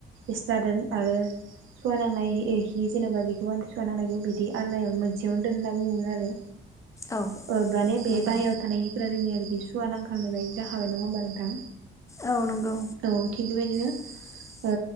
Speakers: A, on the right; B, on the left.
A: एस्ट्रा दोन आरो सुवा नांनाय हि जेनेबा बेखौ आमथि सुवा नांनायखौ बिदि आलनायाव मोनसेयावनो दोन होनना बुङोमोन आरो।
B: औ
A: अ माने बे
B: नंगौ
A: बाहेराव थानाय हि जोंनिया बिदि सुवा नांखांलांनाय बायदि जाखाबाय नङा होमबा नोंथां
B: औ नंगौ
A: औ थिग बेबायदिनो
B: <inaudible>
A: ओ